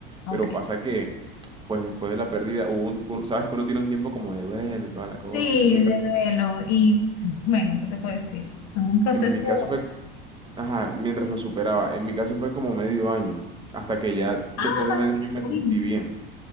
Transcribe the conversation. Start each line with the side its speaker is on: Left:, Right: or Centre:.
Left: Ok.
Right: Pero pasa que, pues después de la pérdida, hubo un, un- sabes que uno tiene un tiempo como de duelo y toda la cosa.
Left: Sí,
Right: En mi
Left: de
Right: caso,
Left: duelo. Y bueno, ¿qué te puedo decir? Es un proceso.
Right: en mi caso fue Ajá, mientras lo superaba. En mi caso fue como medio año, hasta que ya después
Left: ¡Ah!
Right: de medio año me
Left: Uy.
Right: sentí bien.